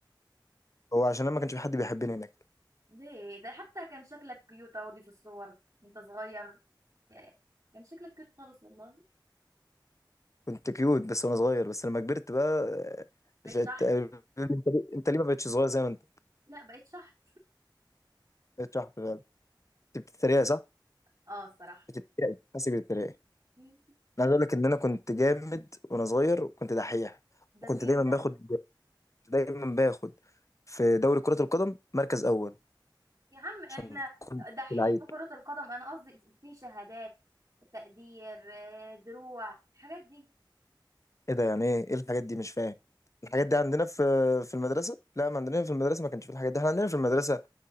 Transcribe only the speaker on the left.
هو عشان انا ما كانش في حد بيحبني هناك
كنت كيوت بس وانا صغير بس لما كبرت بقى آه،
شت...
انت ليه انت ليه ما بقتش صغير زي ما انت
بقيت شحط بقى انت بتتريق صح
بتتريق حاسس بتتريق انا
عايز اقول لك ان انا كنت جامد وانا صغير وكنت دحيح
وكنت
دايما باخد
دايما باخد في دوري كرة القدم مركز اول
عشان كنت
لعيب
ايه ده يعني ايه ايه الحاجات دي مش فاهم الحاجات دي عندنا في في المدرسه لا ما عندنا في المدرسه ما كانش في الحاجات دي احنا عندنا في المدرسه